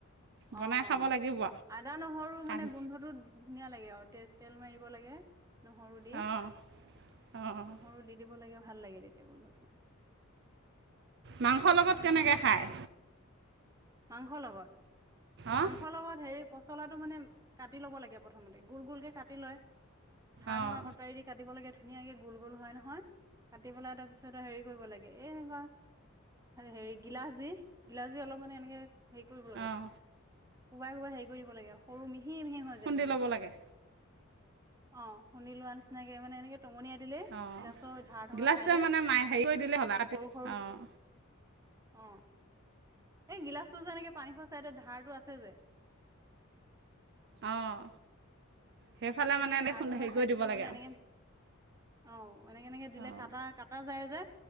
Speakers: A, on the right; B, on the right.
A: বনাই
B: অ
A: খাব
B: অ
A: লাগিব
B: আদা নহৰু মানে
A: আৰু
B: গোন্ধটোত ধুনীয়া লাগে আৰু তে তেল মাৰিব লাগে নহৰু দি
A: অঁ অঁ
B: নহৰু দি দিব লাগে ভাল লাগে তেতিয়া গোন্ধটো
A: মাংসৰ লগত কেনেকৈ খায়
B: মাংস লগত
A: অঁ
B: মাংসৰ লগত হে পচলাটো মানে কাটি ল'ব লাগে প্ৰথমতে গোল গোলকে কাটি লয় ধাৰ
A: অঁ
B: ধঢঙ কটাৰী দি কাটিবাগে থ ধুনীয়াকে গোল গোল হয় নহয় কাটি পেলাই তাৰপিছত হেৰি কৰিব লাগে এই এনেকুৱা হেৰি গিলাচ দি গিলাচ দি অলপমানানে এ <inaudible> সে কৰিব লে
A: অঁ
B: কোবাই কোবা হে কৰিব লাগে সৰু মিহি হিম হিম হৈ
A: খুন্দি
B: যায়গ তেতিয়া
A: ল'ব লাগে
B: অ শুনিলো আনিছো নিচিনাকে মানে এনেকে টমনিয় দিলে
A: অঁ
B: গিলাচৰ ধাৰ থকা
A: গিলাচটোৱে
B: চাইডে
A: মানে মাই হেৰি কৰি দিলে হ'ল
B: তাৰত
A: আৰু কাটি
B: সৰু সৰু
A: অঁ
B: অ এই গিলাচটো যে এনেকে পানী খোৱা চাইডত ধাৰটো আছে যে
A: অঁ সেইফালে
B: অ
A: মানে
B: সেই
A: এনেই
B: ধাৰ
A: খুন্দি
B: থকা
A: হেৰি
B: চাইড
A: কৰি দিব
B: টো দিবলে
A: লাগে আৰু
B: এনেকে অ অ এনেকে এনেকে দিলে
A: অঁ
B: কটা কটা যায় যে